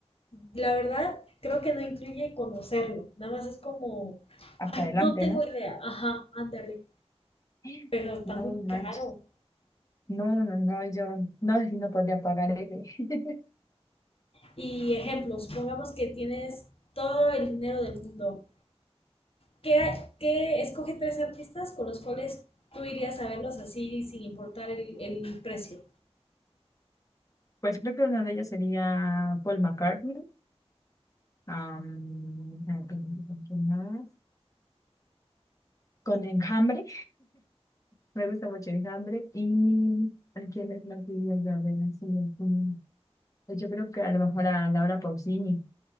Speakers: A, on the left; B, on the left.
A: la verdad, creo que no incluye conocerlo. Nada más es como,
B: Hasta adelante,
A: no tengo
B: ¿no?
A: idea. Ajá, ándale.
B: <gasps>
A: Pero está
B: No
A: muy
B: manches.
A: caro.
B: No, no, no, yo no sé si no podría pagar ese. <laughs>
A: Y ejemplo, supongamos que tienes todo el dinero del mundo. ¿Qué, qué escoge tres artistas con los cuales tú irías a verlos así sin importar el, el precio?
B: Pues creo que una de ellas sería Paul McCartney, am, ah, con, con quién más? Con Enjambre, Me gusta mucho el hambre y a quienes más diría yo, a ver, así, mm, pues yo creo que a lo mejor a Laura Pausini.